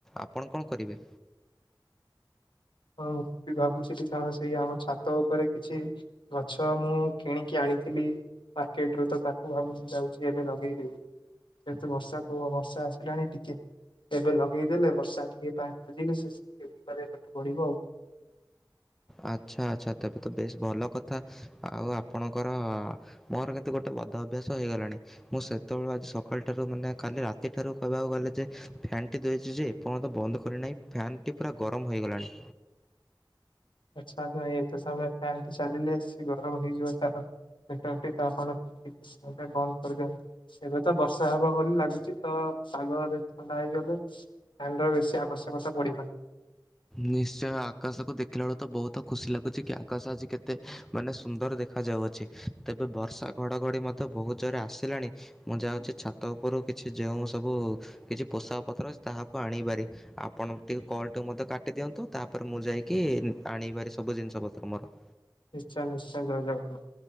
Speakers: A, in the centre; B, on the left.
A: ଆପଣ କଣ କରିବେ?
B: <inaudible> ହଁ ମୁଁ ବି ଭାବୁଥିଲି କଣ ସେଇ ଆମ ଛାତ ଉପରେ କିଛି ଗଛ ମୁଁ କିଣିକି ଆଣି ଥିଲି ମାର୍କେଟ ରୁ ତ ତାକୁ ଭାବୁଛି ଯାଉଛି ଏବେ ଲଗେଇ ଦେବି। ସେତୁ ବର୍ଷା ପୁ ବର୍ଷା ଆସିଲାଣି ଟିକେ। ଏବେ ଲଗେଇଦେଲେ ବର୍ଷା ଟିକେ ପାଣି ବାଜିଲେ ସେ। <unintelligible> ପଡ଼ିବ ଆଉ।
A: ଆଚ୍ଛା ଆଚ୍ଛା ତେବେ ତ ବେଶ ଭଲ କଥା ଆଉ ଆପଣଙ୍କର ମୋର କେତେ ଗୋଟେ ପଦ ଅଭ୍ୟାସ ହେଇଗଲାଣି ମୁଁ ସେତେବେଳଳେ ଆଜି ସକାଳୁଠାରୁ ମାନେ କାଲି ରାତିଠାରୁ କହିବାକୁ ଗଲେ ଯେ ଫ୍ୟାନ୍ଟି ଧୁୋଇଛି ଯେ ଏପର୍ଯ୍ୟନ୍ତ ବନ୍ଦ କରିନାହିଁ ଫ୍ୟାନ୍ଟି ପୁରା ଗରମ ହୋଇଗଲାଣି।
B: ଆଚଛା ନାଇ ଏତେ ସମୟ ଫ୍ୟନ୍ ଟି ଚାଲିଲେ ସେ ଗରମ ହେଇଯିବ ତାର। ପେଟଟି ତାପରେ ବନ୍ଦ କରିଦିଅନ୍ତି ଏବେ ତ ବର୍ଷା ହବ ବୋଲି ଲାଗୁଛି ତ ପାଗ ବି ଥଣ୍ଡା ହେଇଗଲେ ଫୋନ୍ ବେଶୀ ଆବଶ୍ୟକତା ପଡିବନି।
A: ନିଶ୍ଚୟ ଆକାଶକୁ ଦେଖିଲା ବେଳ ତ ବହୁତ ଖୁସି ଲାଗୁଛି କି ଆକାଶ ଆଜି କେତେ ମାନେ ସୁନ୍ଦର ଦେଖାଯାଉ ଦେଉଛି ତେବେ ବର୍ଷା ଘଡ଼ଘଡ଼ି ମଧ୍ୟ ବହୁତ ଜୋରେ ଆସିଲାଣି ମୁଁ ଯାଉଛି ଛାତ ଉପରୁ କିଛି ଯେଉଁ ସବୁ କିଛି ପୋଷାକ ପତ୍ର ଅଛି ତାହାକୁ ଆଣିବାରେ ଆପଣ ଟିକେ କଲ୍ ମଧ୍ୟ କାଟି ଦିଅନ୍ତୁ ତାପରେ ମୁଁ ଯାଇକି ଆଣିବାର ସବୁ ଜିନିଷ ପତ୍ର ମୋର।
B: ନିଶ୍ଚୟ ନିଶ୍ଚୟ ଜୟ ଜଗନ୍ନାଥ।